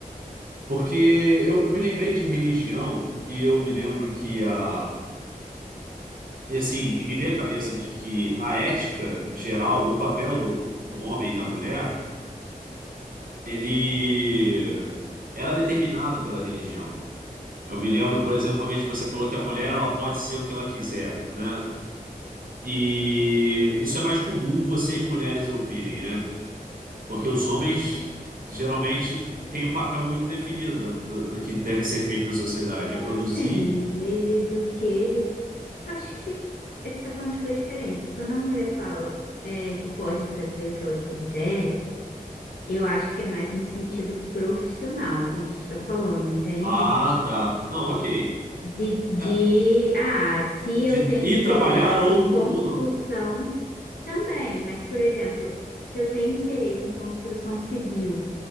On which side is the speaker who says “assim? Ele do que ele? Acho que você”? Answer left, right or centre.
Left